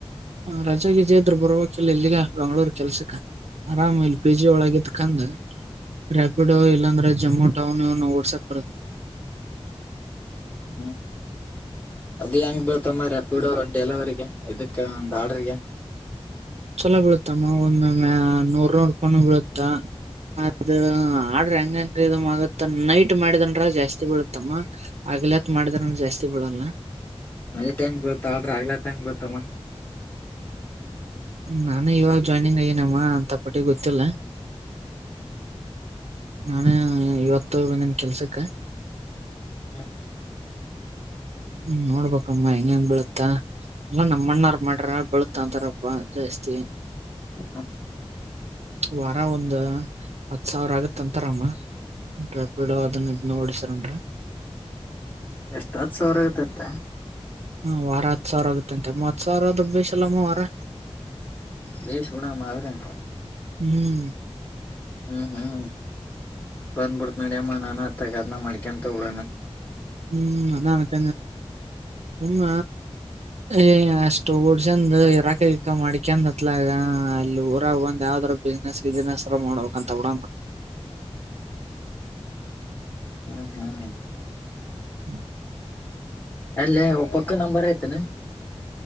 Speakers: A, on the right; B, on the left.
A: ರಜಜಯದ್ರ ಬರುವಕಲ್ಲ ಎಲ್ಲಿಗ ಬೆಂಗಗಳೂರ್ ಕೆಲ್ಸಕ್ಕ ಆರಾಮ್ ಇಲ್ ಪಿ ಜಿ ಒಳಗಿದ ಕಂದ್ ರಾಪಿಡೋ ಇಲ್ಲಾಂದ್ರೆ ಜಮೋ ನ್ ಇ ನ ವರ್ಷ ಪ
B: ಹ್ಮ್ ಅದ ಹೆಂಗ್ ಬತಮ್ಮ ರಪಡಂಟಲ ಅವರಿಗೆ ಇದಕ್ಕೆ ಒಂದು ಆಾಡಿಗೆ
A: ಚಲೋ ಬೀಳುತ್ತಮ್ಮ ಒಂದ ನೂರ್ ನೋಡ್ಕೊಂಡ ಬೀಳುತ್ತ ಅದ
B: ಹ್ಮ್
A: ಆಡ್ರಿ ಹಂಗಂಗ ಇದ ಮಗತ್ ನೈಟ್ ಮಾಡಿದನ್ ರಾ ಜಾಸ್ತಿ ಬೀಳತ್ತಮ್ಮ ಆಗ್ಲತ್ ಮಾಡಿದ್ರ ಜಾಸ್ತಿ ಬೀಳಲ್ಲ
B: ಅಟಂಗ್ ಗೊತ್ತಾ ಅಲ್್ರ ಆಗ್ಲಾ ತಂಗ್ ಗೊತ್ತಲ್ಲ
A: ನಾನು ಇವಾಗ ಜಾಯ್ನಿಂಗ್ ಆಗನಮ್ಮ ಅಂತಪಟ್ಟಿಗೆ ಗೊತ್ತಿಲ್ಲ ನಾನೇ ಇವತ್ತು ಬಂದಿನ ಕೆಲ್ಸಕ್ಕ
B: ಹ್ಮ
A: ಹ್ಮ್ ನೋಡ್ಬಮ್ಮ ಹೆಂಗ ಹೆಂಗ್ ಬೀಳುತ್ತಾ ಎಲ್ಲಾ ನಮ್ಮ ಮಣ್ಣಾರ್ ಮಾಡ್ರ ಬೆಳತ್ಾ ಅಂತಾರಪ್ಪ ಜಾಸ್ತಿ
B: ಹಪ್ಪ
A: ವಾರ ಒಂದ ಹತ್ ಸಾವಿರ ಆಗತ್ ಅಂತಾರಮ್ಮ ್ಯಾಪ್ಿಡ ಅದನ್ ಇದ್ ನೋಡಿ ಸರ್ನ್ರರಿ
B: ಎಷ್ಟ ಹತ್ ಸಾವಿರ ಇಗತ್ತ ಅಂತೆ
A: ಹ್ಮ ವಾರ ಹತ್ ಸಾವಿರ ಆಗುತ್ತಂತೆ ಮೂವತ್ ಸಾವಿರದ ಬಿಸಲ್ಲಮ್ಮ ವಾರ
B: ಬೇಶುಣಾಮ ಅವ್ರೆ
A: ಹ್ಮ್
B: ಹ್ಮ್ ಹ್ಮ್ ಬಂದ್ಬಿಡ್ತ್ ನಡ್ಯ ಅಮ್ಮ ನಾನ ತಗದನ ಮಾಡಡಕಂತ ತಗಡೋಣ
A: ಹ್ಮ್ ಅನಕ ಸುಮ್ಮ ಏಷ್ಟ
B: ಹ್ಮ್
A: ಚಂದ್ ಇ ರಾಕ ಇಕ್ಕಾ ಮಾಡಿ ಕೆಂದ್ ಹತ್ಲಾಗ ಅಲ್ಲಿ ಊರಾಗ ಬಂದ್ ಯಾವ್ದ್ರ ಬಿಸ್ಿನನೆಸ್ ಗಿಸ್ನೆಸ್ ಎಲ್ಲ ಮಾಡಬೇಕಕ್ಂತ ಬಿಡ
B: ಹ್ಮ
A: ಹ್ಮ
B: ಅಲ್ಲೇ ಒ ಪಕ್ಕ ನಂಬರ್ ಐತನೆ